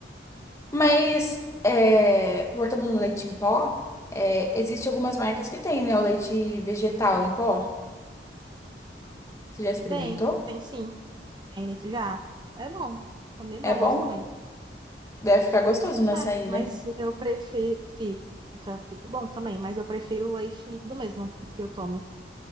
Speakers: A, on the left; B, on the right.
A: mas, é, voltando no leite em pó, é, existe algumas marcas que tem, né? O leite vegetal em pó. Você já experimentou?
B: Tem, tem sim. Tem leite já. É bom. Também
A: É
B: bom,
A: bom?
B: gosto também.
A: Deve ficar gostoso no açaí,
B: É, mas
A: né?
B: eu prefiro. Fica, fica bom também, mas eu prefiro o leite líquido mesmo que eu tomo.